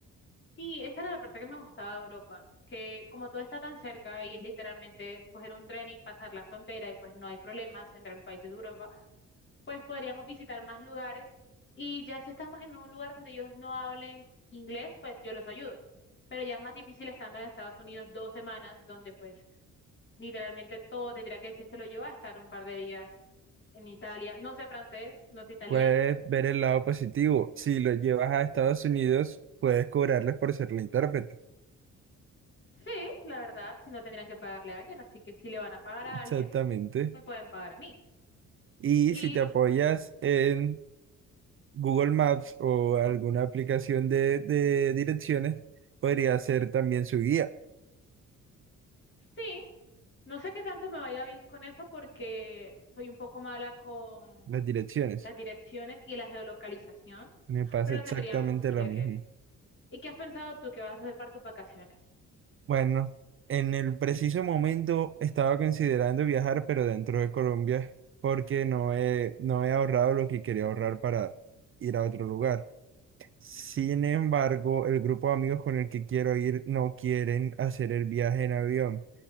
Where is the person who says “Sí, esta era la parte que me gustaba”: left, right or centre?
Left